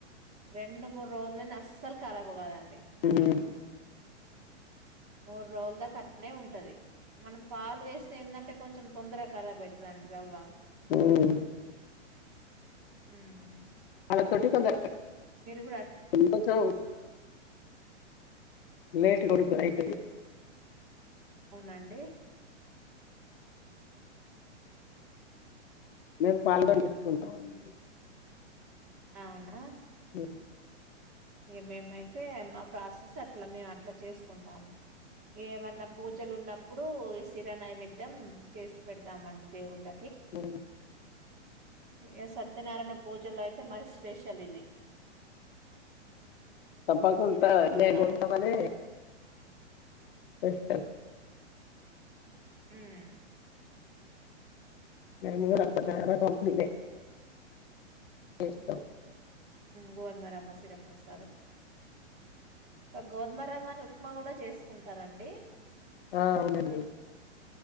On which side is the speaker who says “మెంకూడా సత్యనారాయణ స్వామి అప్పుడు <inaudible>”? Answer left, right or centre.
Left